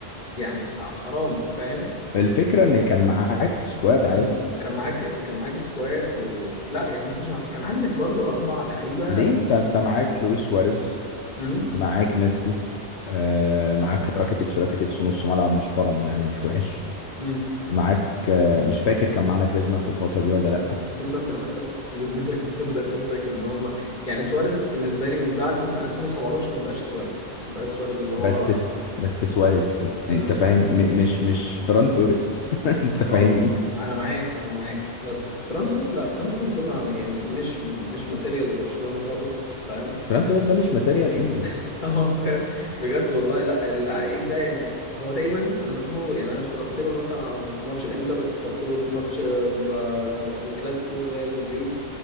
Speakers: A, on the left; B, on the left.
A: يعني ح- حرام فاهم
B: الفكرة ان كان معاك سكواد
A: كان
B: عادي
A: كان معاك كان معاك سكواد و... لا يعني ما كانش معاك- كان عندك برضو اربع لعيبه
B: ليه انت انت معاك لويس سواريز
A: امم
B: معاك ميسي آه معاك راكيتيتش راكيتيتش نص ملعب محترم يعني مش وحش
A: امم
B: معاك آه مش فاكر كان معانا جريزمان في الفترة دي ولا لا
A: انت مصدق نفسك <laughs> ذمتك مصدق نفسك ان هم يعني سواريز بالنسبه لي من بعد مثلا 2017 ما بقاش سواريز ما بقاش سواريز اللي هو
B: بس س- بس سواريز ان-
A: امم
B: انت فاهم م- مش مش فران توريس <laughs> انت فاهمني
A: ما هو انا معاك انا معاك بس فران توريس لا فران توريس ده ما يعني مش مش ماتيريال برشلونه خالص فاهم
B: فران توريس ده مش ماتيريال انبي
A: <laughs> اه فاهم بجد والله لا اللعيب ده يعني هو دايما انا بشوفه يعني انا اتفرجت له مثلا في ماتش الانتر اتفرجت له في ماتش آه، ب- الكلاسيكو ريال مدريد